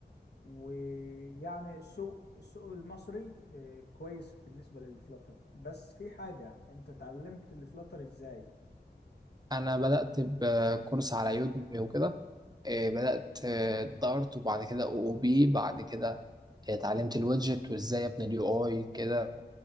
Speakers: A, on the left (about 70°); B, on the right (about 25°).
A: ويعني السوق السوق المصري آه، كويس بالنسبة للفلاتر بس في حاجة انت اتعلمت الفلاتر ازاي
B: انا بدأت بكورس على يودمي وكده آه، بدأت آه، دارت وبعد كده او او بي بعد كده آه، اتعلمت الويدجت وازاي ابني اليو اي كده